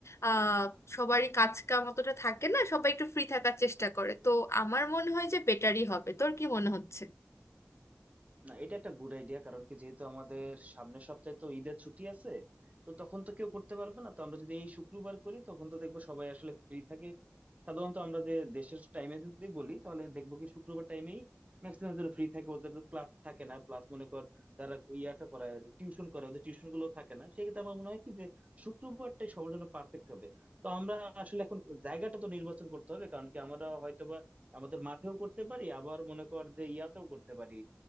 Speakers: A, on the left; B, on the right.
A: আহ সবারই কাজ কাম অতটা থাকে না সবাই একটু ফ্রি থাকার চেষ্টা করে তো আমার মনে হয় যে বেটারই হবে তোর কি মনে হচ্ছে
B: না এটা একটা গুড আইডিয়া কারণ কি যেহেতু আমাদের সামনের সপ্তাহে তো ঈদের ছুটি আছে তো তখন তো কেউ করতে পারবে না তো আমরা যদি এই শুক্রবার করি তখন তো দেখবো সবাই আসলে ফ্রি থাকে সাধারণত আমরা যে দেশের টাইমে যদি বলি তাহলে দেখবো কি শুক্রবার টাইমেই ম্যাক্সিমাম জন ফ্রি থাকে ওদের ক্লাস থাকে না প্লাস মনে কর যারা ইয়াটা করায় টিউশন করে ওদের টিউশন গুলো থাকে না সেক্ষেত্রে আমার মনে হয় কি যে শুক্রবারটাই সবার জন্য পারফেক্ট হবে তো আমরা আসলে এখন জায়গাটা তো নির্বাচন করতে হবে কারণ কি আমরা হয়তোবা আমাদের মাঠেও করতে পারি আবার মনে কর যে ইয়াতেও করতে পারি